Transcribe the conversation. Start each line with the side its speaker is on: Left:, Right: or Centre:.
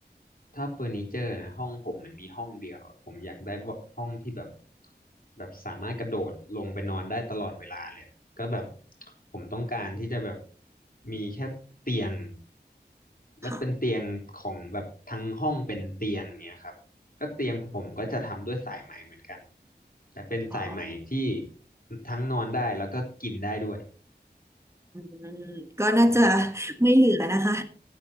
Left: ถ้าเฟอร์นิเจอร์นะห้องผมมันมีห้องเดียวผมอยากได้แบบห้องที่แบบแบบสามารถกระโดดลงไปนอนได้ตลอดเวลาเลยอะก็แบบผมต้องการที่จะแบบมีแค่เตียงและเป็นเตียงของแบบทั้งห้องเป็นเตียงเนี่ยครับก็เตียงผมก็จะทำด้วยสายไหมเหมือนกัน
Right: ค่ะ
Left: แต่เป็นสายไหมที่
Right: อ๋อ
Left: ทั้งนอนได้แล้วก็กินได้ด้วย
Right: อืมก็น่าจะ
Left: แบบว่า
Right: ไม่เหลือนะคะ